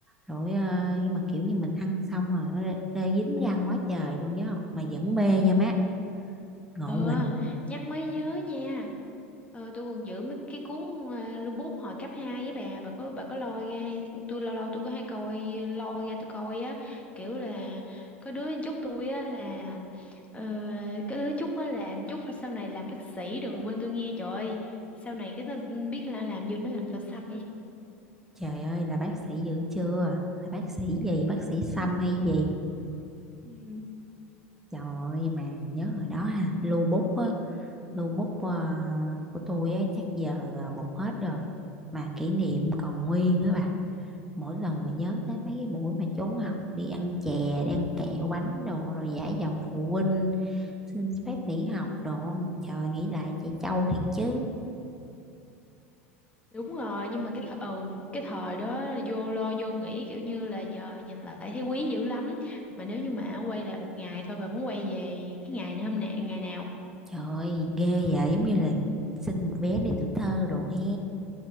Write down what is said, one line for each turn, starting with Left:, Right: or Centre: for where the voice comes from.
Centre: rồi à, nhưng mà kiểu như mình ăn xong rồi nó rê- rê dính răng quá trời luôn nhớ không mà vẫn mê nha má ngộ
Left: Ờ,
Centre: nghĩnh
Left: nhắc mới nhớ nha. Ờ, tôi còn giữ mấy cái cuốn uh, lưu bút hồi cấp 2 với bà, bà có bà có lôi ra hay tôi lâu lâu tôi có hay coi lôi ra tôi coi á, kiểu là có đứa chúc tôi á là ờ, có đứa chúc á là chúc sau này làm bác sĩ đừng quên tôi nghe trời ơi. Sau này cái tên biết là làm gì nó làm sao xăm.
Centre: Trời ơi là bác sĩ dữ chưa? Là bác sĩ gì? Bác sĩ Sâm
Left: <laughs>
Centre: hay gì?
Left: Ừ.
Centre: Trời ơi mà nhớ hồi đó ha, lưu bút á, lưu bút à, của tôi á chắc giờ à, một hết rồi. Mà kỷ niệm còn nguyên á bà. Mỗi lần mà nhớ tới mấy cái buổi mà trốn học đi ăn chè, đi ăn kẹo bánh đồ rồi giả giọng phụ huynh xin phép nghỉ học đồ. Trời nghĩ lại trẻ trâu thiệt chứ.
Left: Đúng rồi, nhưng mà cái th- ừ cái thời đó vô lo vô nghĩ kiểu như là giờ nhìn lại thấy quý dữ lắm. Mà nếu như mà quay lại một ngày thôi bà muốn quay về cái ngày này hôm nay ngày nào?
Centre: Trời ơi, ghê vậy giống như là xin một vé đi tuổi thơ đồ he.